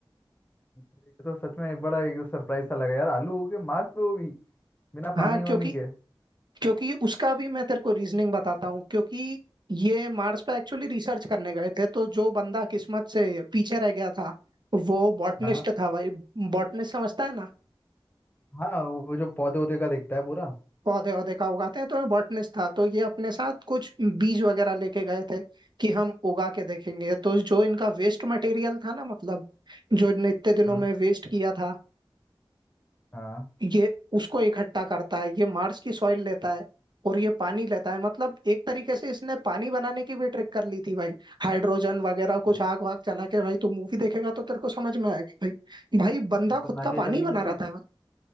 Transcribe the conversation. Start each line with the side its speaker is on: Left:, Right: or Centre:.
Left: ये तो सच में एक बड़ा एक सरप्राइज सा लगा यार आलू हो गए मार्स पे वो भी बिना
Right: हाँ
Left: पानी होने
Right: क्योंकि
Left: के
Right: क्योंकि उसका भी मैं तेरे को रीजनिंग बताता हूँ क्योंकि ये मार्स पे एक्चुअली रिसर्च करने गए थे तो जो बंदा किस्मत से पीछे रह गया था वो बॉटनिस्ट
Left: हाँ
Right: था भाई बॉटनिस्ट समझता है ना
Left: हाँ वो जो पौधे वौधे का देखता है पूरा
Right: पौधे वौधे का उगाते हैं तो ये बॉटनिस्ट था तो ये अपने साथ कुछ बीज वगैरह लेके गए थे कि हम उगा के देखेंगे तो जो इनका वेस्ट मटेरियल था ना मतलब जो इनने इतने दिनों
Left: हाँ
Right: में वेस्ट किया था
Left: हाँ
Right: ये उसको इकट्ठा करता है ये मार्स की सॉइल लेता है और ये पानी लेता है मतलब एक तरीके से इसने पानी बनाने की भी ट्रिक कर ली थी भाई हाइड्रोजन वगैरह
Left: हाँ,
Right: कुछ आग वाग जला के भाई तू मूवी देखेगा तो तेरे को समझ में आएगा भाई भाई बंदा
Left: खतरनाक
Right: खुद का
Left: है
Right: पानी
Left: चलिए
Right: बना
Left: मूवी
Right: रहा था